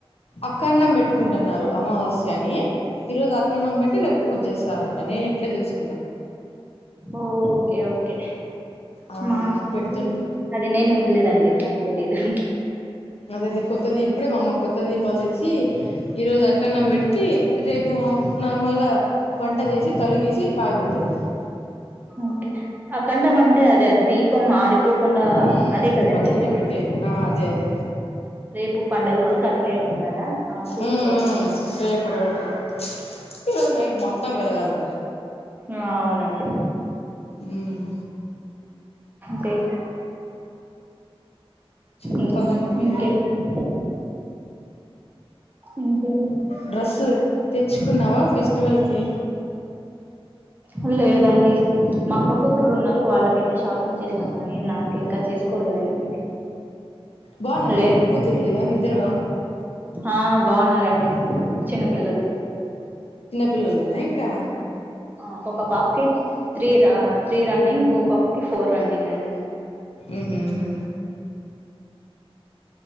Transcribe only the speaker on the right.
ఓకే ఓకే
మా సైడ్
అది నేను వినలేదండి తెలీదు
ఓకే అఖండ మంటే అదే అ దీప్ దీపం అరిపోకుండా
అదే కదండి
రేపు పండుగ వరకు అట్లే ఉంటాదా ఆ చూసుకోవాలి
ఆ అవునండి
బిట్
ఉమ్
ఇంకేంటండి ఇంకేం
అల లేద్ అండి మా అక్క కూతుర్లు ఉన్నారు వాళ్ళకైతే షాపింగ్ చేసినామ్ కానీ నాకు ఇంకా చేసుకోలేదండి
లేద్
ఆ బాగున్నారండి చిన్నపిల్లలు
ఆ ఒక పాపకి త్రీ రా త్రీ రన్నింగ్ ఇంకో పాప్ ఫోర్ రన్నింగ్ అండి